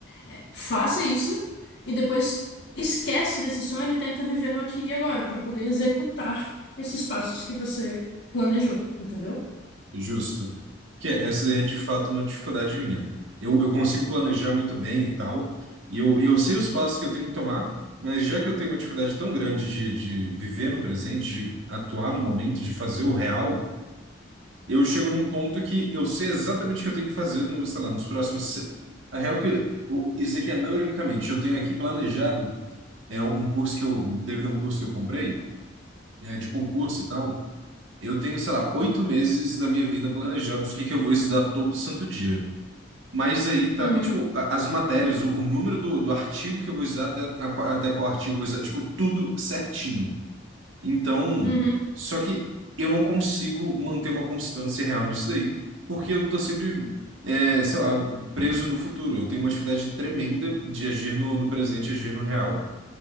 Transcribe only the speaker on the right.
Justo. Que é- essa é de fato uma dificuldade minha. Eu, eu consigo planejar muito bem e tal, e eu, e eu sei os passos que eu tenho que tomar, mas já que eu tenho uma dificuldade tão grande de, de viver no presente, de atuar no momento, de fazer o real. eu chego num ponto que eu sei exatamente o que eu tenho que fazer no, sei lá, nos próximos. se- A real é que o- isso aqui é não ironicamente. Eu tenho aqui planejado é um curso que eu, devido a um curso que eu comprei, é, de concurso e tal. Eu tenho, sei lá, oito meses da minha vida planejados o que que eu vou estudar todo santo dia. Mas aí tá,
e, tipo, a- as matérias, o, o número do, do artigo que eu vou usar até, a- até qual artigo eu vou usar, tipo, tudo certinho. Então,
só que eu não consigo manter uma constância real nisso daí, porque eu tô sempre, é, sei lá, preso no futuro. Eu tenho uma dificuldade tremenda de agir no, no presente, agir no real.